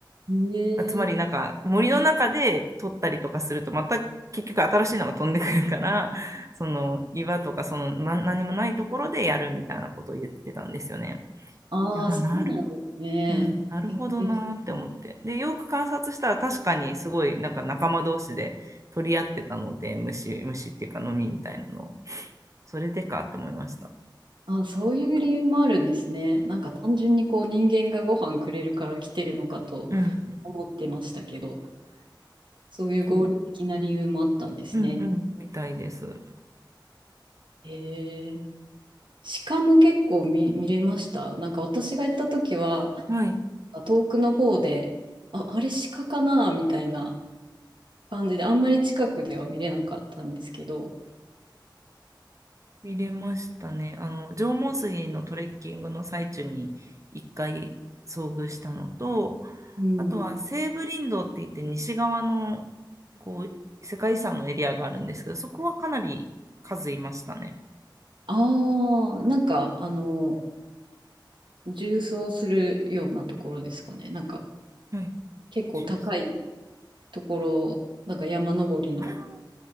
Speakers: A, on the right (about 75°); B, on the right (about 40°).
A: へえ、
B: あつまりなんか森の中で取ったりとかするとまた結局新しいのが飛んでくるから、その岩とかその、ま、何もないところでやるみたいなことを言ってたんですよね。
A: ああー、
B: であ、
A: そうなんですね。
B: なるうん、なるほどなーって思って。
A: え、え
B: で、よく観察したら確かにすごいなんか仲間同士で取り合ってたので、虫、虫っていうか飲みみたいなのを、それでかって思いました。
A: あ、そういう理由もあるんですね。なんか単純にこう人間がご飯くれるから来てるのかと思ってましたけど、
B: うん、
A: そういう合理的な理由もあったんですね。
B: そう、うんうん、みたいです。
A: へえ。鹿も結構見、見れました。なんか私が行った時は、
B: はい、
A: 遠くの方で、あ、あれ鹿かなみたいな感じで、あんまり近くでは見れなかったんですけど、
B: 見れましたね。あの、縄文杉のトレッキングの最中に一回遭遇したのと、
A: うん。
B: あとは西武林道って言って西側のこう世界遺産のエリアがあるんですけど、そこはかなり数いましたね。
A: ああ、なんかあの、縦走するようなところですかね。なんか
B: はい
A: 結構高い。
B: じゅうさ
A: ところ、なんか山登りの、
B: んあ